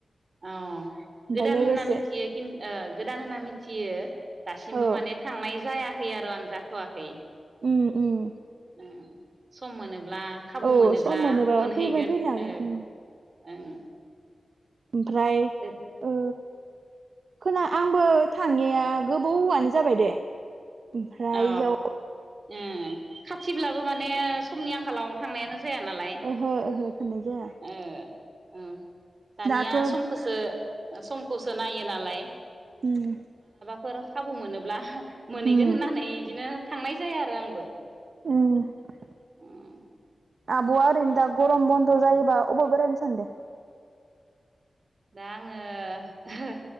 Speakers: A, on the right; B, on the right.
A: औ
B: ओमफाय
A: गोदान
B: लोगोसे
A: होनना मिथियो खिन ओ गोदान होनना मिथि थियो दासिमबो
B: औ
A: माने थांनाय जाया खै आरो आं जाथ'वाखै
B: उम उम
A: उम सम मोनो ब्ला खाबु
B: औ
A: मोनोब्ला
B: सम मोनोबा
A: मोनहैगोन
B: फैबा फैनो हागोन
A: औ ओ
B: उम
A: ओं
B: ओमफ्राय
A: ओरै
B: ओ खोना आंबो थांयिआ गोबौआनो जाबाय दे। ओमफ्राय
A: अ
B: इयाव
A: ओ खाथिब्लाबो माने समनि आंखालाव थांनायानो जाया नालाय
B: ओहो ओहो थांनाय जाया
A: ओ ओ दानिया
B: दाथ'
A: समखौसो समखौसो नायो नालाय
B: उम
A: फोर खाबु मोनोब्ला गोन
B: उम
A: होननानैै बिदिनो थांनाय जाया आरो आंबो
B: औ
A: उम
B: आब'आ ओरैनो दा गरम बन्द' जायोबा अबे बेरायनो सानदो?
A: दा आङो ओहो